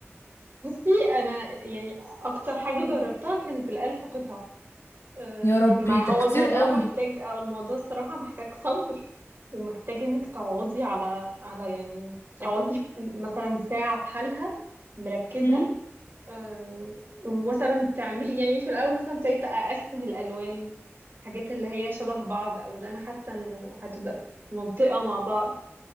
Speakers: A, on the right (about 50°); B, on the left (about 80°).
A: بصي انا يعني اكتر حاجه جربتها كانت الالف قطعه أم،
B: يا ربي
A: مع
B: ده
A: هو
B: كتير
A: الموضوع
B: قوي
A: محتاج او الموضوع الصراحه محتاج صبر ومحتاج انك تقعدي على على يعني تقعدي مثلا ساعه بحالها مركزه
B: مم.
A: أم، ومثلا تعملي يعني في الاول مثلا ابتديت اقسم الالوان الحاجات اللي هي شبه بعض او اللي انا حاسه انه هتبقى في منطقه مع بعض